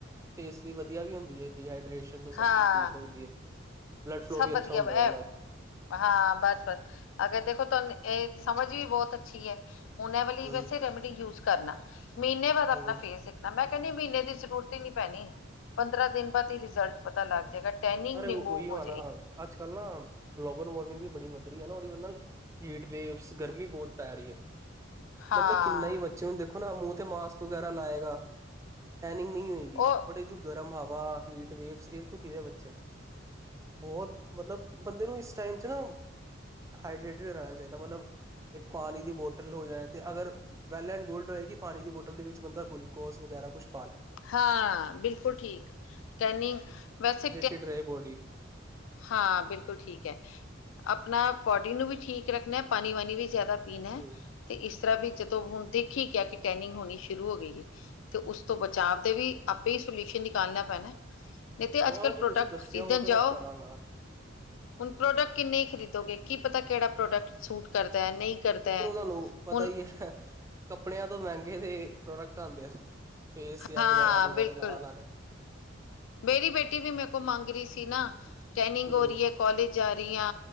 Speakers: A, on the right; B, on the left.
A: ਫੇਸ ਵਧੀਆ ਵੀ ਹੁੰਦੀ ਹੈ ਡੀਹਾ। ਤੋਂ
B: ਹਾਂ
A: ਸਭ ਕੁਛ ਠੀਕ ਰੱਖਦੀ ਹੈ। ਬਲੱਡ ਫਲੋ
B: ਸਭ
A: ਵੀ ਅੱਛਾ
B: ਵਧੀਆ
A: ਹੁੰਦਾ ਉਹਦੇ
B: ਇਹ
A: ਨਾਲ।
B: ਹਾਂ ਬਸ ਬਸ ਅਗਰ ਦੇਖੋ ਤੁਹਾਨੂੰ। ਸਮਝ ਵੀ ਬਹੁਤ ਅੱਛੀ ਹੈ ਹੁਣ ਇਹ ਵਾਲੀ
A: ਹੂੰ
B: ਵੈਸੇ ਰੈਮਡੀ ਯੂਜ ਕਰਨਾ। ਮਹੀਨੇ ਬਾਅਦ ਆਪਣਾ
A: ਹੂੰ
B: ਫੇਸ ਦੇਖਣਾ ਮੈਂ। ਕਹਿੰਦੀ ਮਹੀਨੇ ਦੀ ਜ਼ਰੂਰਤ ਹੀ ਨੀ ਪੈਣੀ ਪੰਦਰਾਂ ਦਿਨ ਬਾਅਦ ਹੀ ਰਿਜਲਟ ਪਤਾ ਲੱਗ ਜਾਏਗਾ। ਟਰਨਿੰਗ
A: ਅਰੇ
B: ਰਿਮੂਵਲ।
A: ਉਹੀ ਆ ਅੱਜ ਕੱਲ੍ਹ ਨਾ ਗਲੋਬਲ ਵਾਰਮਿੰਗ ਵੀ ਬੜੀ ਵੱਧ ਰਹੀ ਹੈ ਨਾ ਉਹ। ਹੀਟਵੇੇਵਸ ਗਰਮੀ ਬਹੁਤ ਪੈ ਰਹੀ ਹੈ
B: ਹਾਂ
A: ਬੰਦਾ ਕਿੰਨਾ ਹੀ ਬੱਚੇ ਹੁੰਦੇ। ਦੇਖੋ ਨਾ ਮੂੰਹ ਤੇ ਮਾਸਕ ਵਗੈਰਾ ਲਾਏਗਾ। ਟੈਨਿੰਗ ਨਹੀਂ ਹੋਏਗੀ
B: ਉਹ
A: ਬਟ ਇਹ ਜੋ ਗਰਮ ਹਵਾ ਹੀਟ ਵੇਵਸ ਇਹ ਤੋਂ ਕਿਵੇਂ ਬੱਚੇ। ਬਹੁਤ ਮਤਲਬ ਬੰਦੇ ਨੂੰ ਇਸ ਟਾਈਮ 'ਚ ਨਾ। ਹਾਈਡਰੇੇਟਿਡ ਰਹਿਣਾ ਚਾਹੀਦਾ ਮਤਲਬ ਇੱਕ ਪਾਣੀ ਦੀ ਬੋਤਲ ਹੋ ਜਾਏ ਤੇ ਅਗਰ ਵੈੱਲ ਐਂਡ ਗੋਲਡ। ਕਿ ਪਾਣੀ ਦੀ ਬੋਟਲ ਦੇ ਵਿੱਚ ਬੰਦਾ ਗਲੂਕੋਸ ਵਗੈਰਾ ਕੁੱਛ।
B: ਹਾਂ ਬਿਲਕੁਲ ਠੀਕ ਟੈਨਿੰਗ ਵੈਸੇ।
A: ਫਿਟ ਰਹੇ ਬੋਡੀ।
B: ਹਾਂ ਬਿਲਕੁਲ ਠੀਕ ਹੈ। ਆਪਣਾ ਬੋਡੀ ਨੂੰ ਵੀ ਠੀਕ ਰੱਖਣਾ ਪਾਣੀ ਵਾਣੀ ਵੀ ਜ਼ਿਆਦਾ। ਪੀਣਾ
A: ਹੂੰ
B: ਤੇ ਇਸ ਤਰ੍ਹਾਂ ਵੀ ਜਦੋਂ ਹੁਣ ਦੇਖੀ ਕਿ। ਕਹਿ ਕਿ ਟ੍ਰੇਨਿੰਗ ਹੋਣੀ ਸ਼ੁਰੂ ਹੋ ਗਈ ਹੈ ਤੇ ਉਸ ਤੋਂ ਬਚਾਅ ਦੇ ਵੀ ਆਪੇ ਹੀ ਸੋਲਿਊਸ਼ਨ ਨਿਕਾਲਣਾ ਪੈਣਾ। ਨਹੀਂ ਤਾਂ ਅੱਜ
A: ਹਾਂ
B: ਕੱਲ
A: ਜੋ
B: ਪ੍ਰੋਡਕਟ
A: ਤੁਸੀਂ ਦੱਸਿਆ
B: ਖਰੀਦਣ
A: ਉਹ ਤੇ
B: ਜਾਓ
A: ਮੈਂ ਕਰਾਂਗਾ
B: ਹੁਣ ਪ੍ਰੋਡਕਟ ਕਿੰਨੇ ਖਰੀਦੋਗੇ ਕਿ। ਪਤਾ ਕਿਹੜਾ ਪ੍ਰੋਡਕਟ ਸੂਟ ਕਰਦਾ। ਹੈ ਨਹੀਂ ਕਰਦਾ
A: ਉੱਪਰੋਂ
B: ਹੈ।
A: ਤੁਹਾਨੂੰ ਪਤਾ
B: ਹੁਣ
A: ਹੀ ਹੈ ਕੱਪੜਿਆਂ ਤੋਂ ਮਹਿੰਗੇ ਦੇ ਪ੍ਰੋਡਕਟ ਆਉਂਦੇ ਆ। ਫੇਸ ਜਾਂ
B: ਹਾਂ
A: ਵਗੈਰਾ ਜਗ੍ਹਾ
B: ਬਿਲਕੁਲ
A: ਤੇ ਲਾ ਲੇ।
B: ਮੇਰੀ ਬੇਟੀ ਵੀ ਮੇਰੇ ਕੋਲ ਮੰਗ ਰਹੀ ਸੀ ਨਾ ਟ੍ਰੈਨਿੰਗ
A: ਹੂੰ
B: ਹੋ ਰਹੀ ਹੈ ਕਾਲਜ। ਜਾ ਰਹੀਆਂ